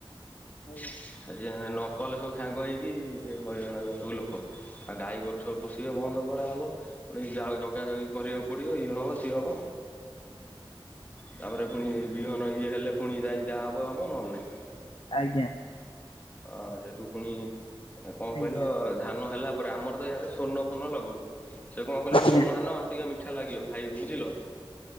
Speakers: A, on the left; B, on the left.
A: ଆଜ୍ଞା।
B: ସେ ନକଲେ ସବୁ ସାଙ୍ଗ ହେଇକି ସେ ହଇରାଣ ହେବେ ସବୁ ଲୋକ। ଆଉ ଗାଈ ଗୋରୁ ସବୁ ପଶିବେ ବନ୍ଦ କରାହବ ପୁଣି ଜଗା ଜଗି କରିବାକୁ ପଡିବ ଇଏ ହବ ସିଏ ହବ। ତାପରେ ପୁଣି ବିହନ ଇଏ ହେଲେ ପୁଣି ଯାଇ ଯାହା ହବ ହବ ନହେଲେ ନାଇଁ।
A: ଆଜ୍ଞା।
B: ଅ ସେଠୁ ପୁଣି କଣ
A: ଆଜ୍ଞା
B: କହିଲ ଧାନ ହେଲା ପରେ ଆମର ତ ୟାଡେ ସ୍ୱର୍ଣ୍ଣ ଫୋନ ଲଗାଉ ସେ କଣ କହିଲ
A: ଆଜ୍ଞା
B: ସ୍ୱର୍ଣ୍ଣ ଧାନ ଟିକେ ମିଟି ମିଠା ଲାଗିବ ଖାଇବାକୁ ବୁଝିଲ,